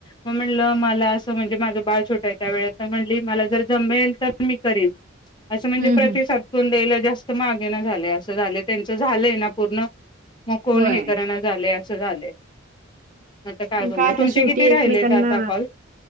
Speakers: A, on the left; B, on the right.
A: मग म्हणलं मला असं म्हणजे माझं बाळ छोटं आहे त्या वेळेत तर म्हणली मला जर जमेल तर मी करीन. असं म्हणजे
B: हं,
A: प्रतिसाद
B: हं.
A: पण द्यायला जास्त मागे ना झालेय असं झालंय, त्यांच झालंय ना पूर्ण मग कोण
B: होय.
A: हे करना झालय अस च झालंय आता
B: पण
A: बोलणार
B: काय आता
A: तुमचे
B: शेवटी
A: किती राहिलेत
B: एकमेकांना,
A: आता कॉल